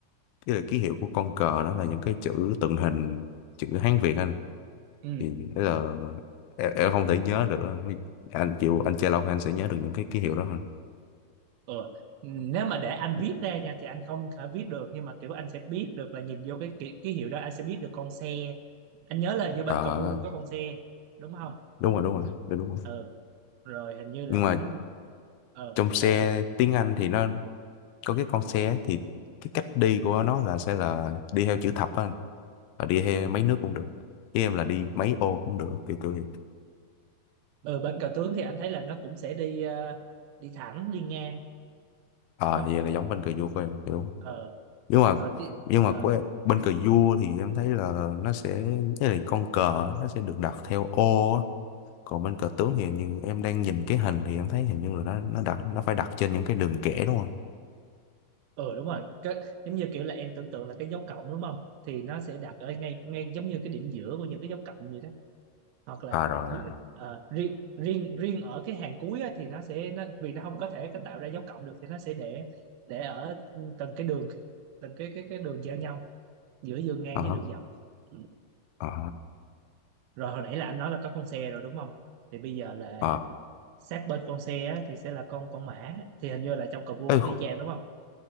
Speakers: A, on the left; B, on the right.
A: cái là ký hiệu của con cờ đó là những cái chữ tượng hình chữ Hán Việt anh
B: Ừ,
A: thì thế là em, em không thể nhớ được. Anh chịu anh chơi lâu thì anh sẽ nhớ được những cái ký hiệu đó hơn.
B: ừ. Nếu mà để anh viết ra nha thì anh không thể viết được nhưng mà kiểu anh sẽ biết được là nhìn vô cái ký, ký hiệu đó anh sẽ biết được con xe anh nhớ là như
A: Ờ,
B: bên cờ vua cũng có con xe đúng không
A: đúng rồi đúng rồi đúng rồi.
B: ừ rồi hình như là
A: Nhưng mà
B: cũng ờ
A: trong
B: sao
A: xe
B: sao
A: tiếng Anh thì nó có cái con xe thì cái cách đi của nó là sẽ là đi theo chữ thập á anh. và đi theo mấy nước cũng được với em là đi mấy ô cũng được kiểu kiểu vậy.
B: ờ bên cờ tướng thì anh thấy là nó cũng sẽ đi ờ, đi thẳng đi ngang
A: ờ
B: đúng không
A: vậy là giống bên cờ vua của em hiểu không?
B: ờ
A: nhưng mà
B: rồi ti-
A: nhưng mà
B: ờ
A: của em, bên cờ vua thì em thấy là nó sẽ cái này con cờ á, nó sẽ được đặt theo ô á. còn bên cờ tướng thì như em đang nhìn cái hình thì em thấy hình như là nó nó đặt nó phải đặt trên những cái đường kẻ đúng không
B: ờ đúng rồi cái, giống như kiểu là em tưởng tượng là cái dấu cộng đúng không thì nó sẽ đặt ở ngay ngay giống như cái điểm giữa của những cái dấu cộng vậy đó hoặc là
A: à rồi
B: ri-
A: rồi rồi
B: ờ, riêng riêng riêng ở cái hàng cuối á, thì nó sẽ nó vì nó không có thể cái tạo ra dấu cộng được thì nó sẽ để để ở từng cái đường từng cái cái cái đường giao nhau giữa đường ngang
A: ờ
B: với
A: hả.
B: đường dọc Ừ.
A: ờ
B: rồi hồi nãy là anh nói là có con xe rồi đúng không thì bây giờ là
A: ờ
B: sát bên con xe á, thì sẽ là con con mã thì hình như là trong cờ vua cũng
A: Ê,
B: y
A: kho-
B: chang đúng không